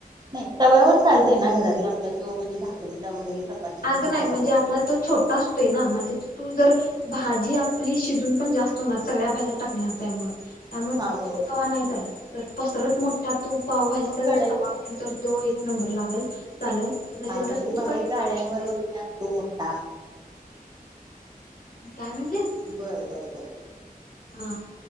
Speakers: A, on the right; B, on the left.
A: नाही तवव्यावर चालतय ना. घरातला आपला जो म्हणजे भाकरीचा वगैरे. चपातीचा
B: अग
A: जो
B: नाही.
A: तवा
B: म्हणजे
A: असतो
B: आपला तो छोटा असतोय ना म्हणजे तू जर भाजी आपली शिजून पण जास्त होणार. सगळ्या भाज्या टाकणार त्यामुळे. त्यामुळे
A: हा बरोबर
B: तो तवा नाही चालत. तर पसरट मोठा तू पावभजीचा
A: मग कढई
B: जर तावा असेल तर तो एक नंबर लागल. चालल. नसेल
A: हा म्हणजे
B: तर
A: बाहेर
B: तू कढई बनवू शकते.
A: <unintelligible>
B: काय म्हणलीस?
A: बर. बर. बर.
B: हा